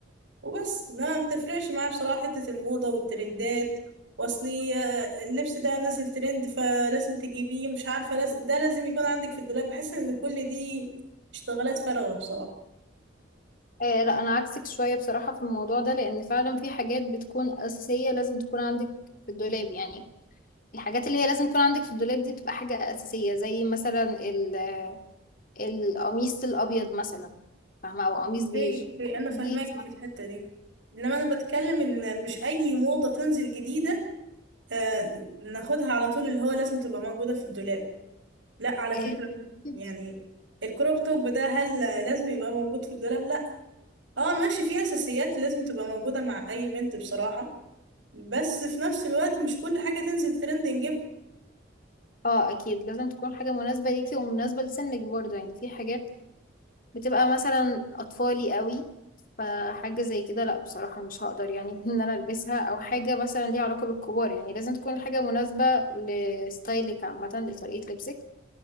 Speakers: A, on the right; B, on the left.
A: وبس لا ما بتفرقش معايا بصراحة حتة الموضة والترندات واصلي اللبس ده نازل ترند فلازم تجيبيه مش عارفة لازم ده لازم يكون عندك في الدولاب بحس ان كل دي اشتغالات فارغة بصراحة
B: آه لا أنا عكسك شوية بصراحة في الموضوع ده لأن فعلا في حاجات بتكون أساسية لازم تكون عندك في الدولاب يعني الحاجات اللي هي لازم يكون عندك في الدولاب دي بتبقى حاجة أساسية زي مثلا ال... القميص الأبيض مثلا فاهمة أو قميص
A: اوكي
B: بيج
A: اوكي انا فاهماكي
B: دي
A: في الحتة دي انما انا بتكلم ان مش اي موضة تنزل جديدة آه ناخدها على طول اللي هو لازم تبقى موجودة في الدولاب لا على
B: إيه،
A: فكرة
B: أكيد.
A: يعني الكروب توب ده هل لازم يبقى موجود في الدولاب لا اه ماشي في اساسيات لازم تبقى موجودة مع اي بنت بصراحة بس في نفس الوقت مش كل حاجة تنزل ترند نجيبها
B: اه أكيد لازم تكون حاجة مناسبة ليكي ومناسبة لسنك برضه يعني في حاجات بتبقى مثلا أطفالي قوي فحاجة زي كده لأ بصراحة مش هقدر يعني <laughs> إن أنا ألبسها أو حاجة مثلا ليها علاقة بالكبار يعني لازم تكون حاجة مناسبة لستايلك عامة لطريقة لبسك